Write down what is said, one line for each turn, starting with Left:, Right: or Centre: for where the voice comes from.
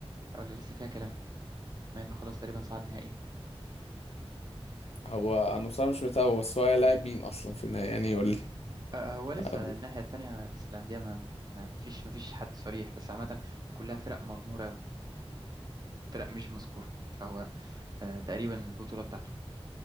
Right: ولا لسه فيها كلام مع انه خلاص تقريبا صعد نهائي
Left: هو انا بصراحة مش متابعه بس هو لاعب مين اصلا في النهاية يعني يقول
Right: آه، هو لسه
Left: لي
Right: الناحيه التانيه لسه الانديه ما ما فيش ما فيش حد صريح بس عامه كلها فرق مغموره قوي فرق مش مذكورة فهو آه، تقريبا البطولة بتاعته